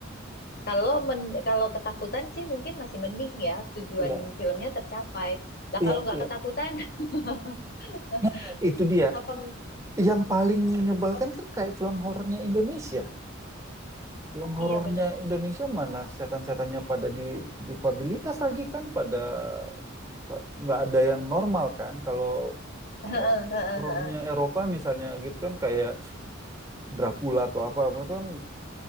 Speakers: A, on the left; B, on the right.
A: Kalau men kalau ketakutan sih mungkin masih mending ya, tujuan
B: Iya,
A: filmnya tercapai. Lah
B: iya,
A: kalau nggak
B: iya.
A: ketakutan, <laughs>
B: Nah, itu dia.
A: apa? ng-
B: Yang paling menyebalkan
A: ap-
B: kan kayak film horornya Indonesia. Film horornya
A: iya benar.
B: Indonesia mana setan-setannya pada di difabilitas lagi kan, pada pa- nggak ada yang normal kan. Kalau
A: Heeh,
B: ho-
A: heeh,
B: horornya
A: heeh,
B: Eropa misalnya gitu kan kayak Dracula atau apa, mereka kan